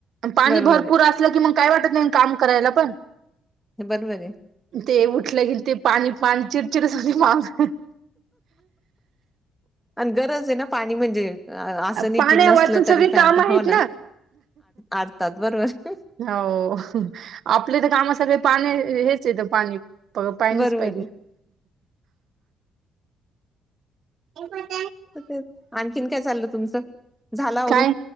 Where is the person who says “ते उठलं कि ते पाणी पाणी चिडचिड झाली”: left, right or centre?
Right